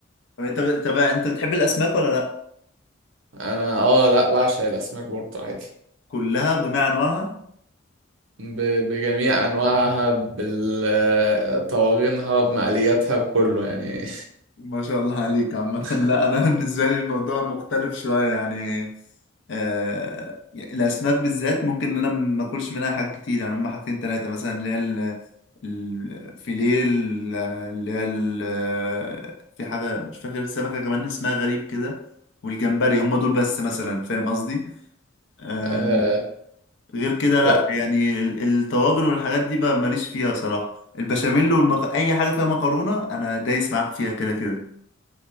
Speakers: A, on the left; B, on the right.
A: طب انت انت بقى انت بتحب الاسماك ولا لا
B: انا اه لا بعشق الاسماك برضو عادي
A: كلها بجميع انواعها
B: ب- بجميع انواعها بطواجنها بمقلياتها بكله يعني
A: ما شاء الله عليك عامة
B: <laughs>
A: لا أنا <laughs> بالنسبة لي الموضوع مختلف شوية يعني آه الأسماك بالذات ممكن إن أنا ما أكلش منها حاجات كتير يعني هما حاجتين تلاتة مثلا اللي هي ال- الفيليه ال- اللي هي ال- في حاجة مش فاكر سمكة كمان اسمها غريب كده والجمبري هما دول بس مثلا فاهم قصدي آه
B: آه،
A: غير كده لا
B: لا
A: يعني ال- الطواجن والحاجات دي بقى ماليش فيها صراحة البشاميل والمك... أي حاجة فيها مكرونة أنا دايس معاك فيها كده كده